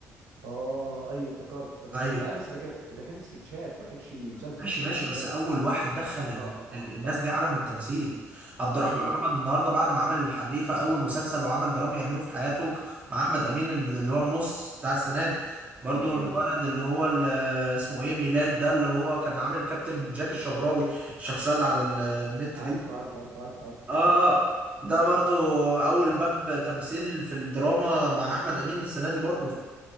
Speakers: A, on the right; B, on the right.
A: اه ايوه افتكرت افتكرت
B: ايوه
A: لا بس ده كده ده كانت سكتشات ما كانتش مسلسل
B: ماشي
A: ده كان
B: ماشي
A: سكتشات
B: بس اول واحد دخل ال...
A: اه اه صح
B: ال... الناس
A: صح
B: دي عالم التمثيل عبد
A: يا
B: الرحمن
A: أخي برضو
B: محمد النهارده بعد ما عمل الحريفه اول مسلسل وعمل درامي يعمله في حياته مع احمد امين اللي هو النص بتاع السنه دي برضو
A: أيوه
B: الولد اللي هو ال- اسمه ايه ميلاد ده اللي هو كان عامل كابتن جاك الشبراوي الشخصيه اللي على ال- النت
A: عارف
B: دي
A: عارف عارف عارف عارف
B: اه آه. ده برضو اول باب تمثيل في الدراما مع احمد امين السنه دي برضو